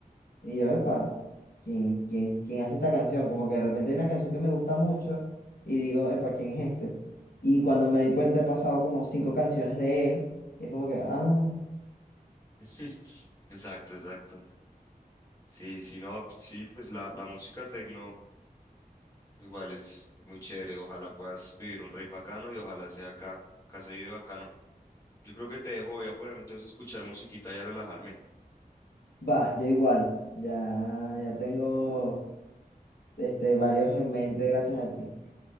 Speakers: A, on the left; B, on the left.
A: Y yo, epa, ¿quién, quién, quién hace esta canción? Como que de repente hay una canción que me gusta mucho y digo, epa, ¿quién es este? Y cuando me di cuenta he pasado como cinco canciones de él, y es como que, ah,
B: <laughs> Exacto, exacto. Sí, sí, no, pues sí, pues la, la música tecno igual es muy chévere. Ojalá puedas vivir un rey bacano y ojalá sea acá, acá se vive bacano. Yo creo que te dejo, voy a ponerme entonces a escuchar musiquita y a relajarme. <laughs>
A: va, yo igual, ya, ya tengo este, varios en mente gracias a ti.